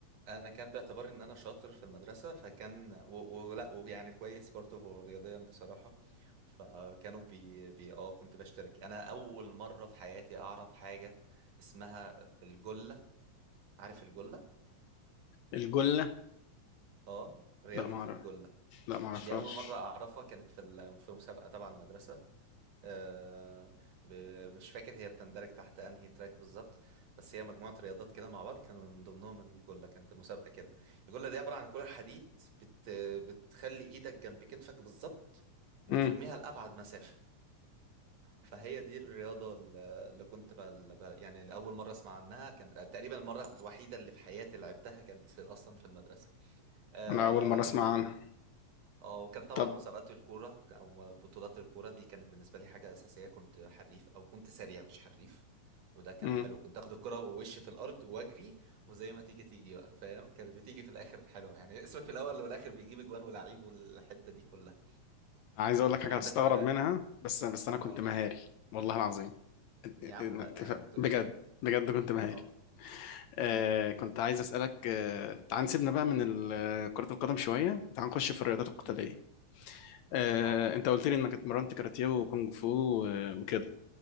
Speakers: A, on the right; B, on the left.
A: انا كان باعتبار ان انا شاطر في المدرسه فكان و- ولا ويعني كويس برضه رياضيا بصراحه فكانوا بي, بي اه كنت بشترك انا اول مره في حياتي اعرف حاجه اسمها الجله عارف الجله
B: الجلة
A: اه رياضه
B: لا ما اعرف
A: الجله
B: لا ما اعرفهاش
A: دي اول مره اعرفها كانت في ال- في مسابقه تبع المدرسه آه، ب- مش فاكر هي بتندرج تحت انهي تراك بالظبط بس هي مجموعة رياضات كده مع بعض كانوا من ضمنهم الجلة كانت المسابقة كده الجلة دي عبارة عن كرة حديد بت بتخلي ايدك جنب كتفك بالظبط وترميها
B: امم
A: لأبعد مسافة فهي دي الرياضة ال- اللي كنت بل... بل... يعني الأول مرة أسمع عنها كان تقريبا المرة الوحيدة اللي في حياتي لعبتها كانت في... أصلا في المدرسة آه،
B: انا اول مرة اسمع عنها
A: اه وكان طبعا
B: طب
A: مسابقات الكورة أو بطولات الكورة دي كانت بالنسبة لي حاجة أساسية كنت حريف أو كنت سريع مش حريف وده كان
B: امم
A: حلو كنت آخد الكرة ووش في الأرض وأجري وزي ما تيجي تيجي بقى فاهم كانت بتيجي في الآخر حلوة يعني اسمك في الأول والآخر بيجيب أجوان ولاعيب والحتة دي كلها
B: عايز اقول لك حاجة
A: كان عندك
B: هتستغرب
A: سؤال
B: منها بس بس انا كنت
A: اه
B: مهاري والله العظيم
A: يا عم
B: اتفق
A: لا يا عم ما تقولش
B: بجد
A: كده
B: بجد كنت مهاري
A: اه امم
B: آه كنت عايز اسالك آه تعال نسيبنا بقى من ال- آه، كرة القدم شوية وتعال نخش في الرياضات القتالية
A: امم
B: آه
A: اه
B: انت قلت لي انك اتمرنت كاراتيه وكونج فو و- وكده